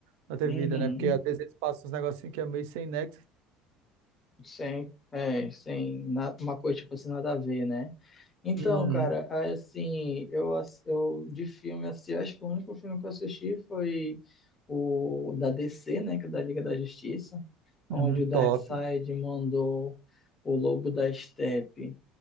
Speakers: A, on the right; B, on the left.
A: da tua
B: Uhum.
A: vida, né? Porque às vezes eles passam uns negocinhos que é meio sem nexo.
B: Sem, é, sem na- uma coisa tipo assim, nada a ver, né? Então,
A: Uhum.
B: cara, assim, eu, ass- eu de filme, assim, acho que o único filme que eu assisti foi o da DC, né, que é da Liga da Justiça, onde
A: Uhum.
B: o Darkseid
A: Top.
B: mandou o Lobo da Estepe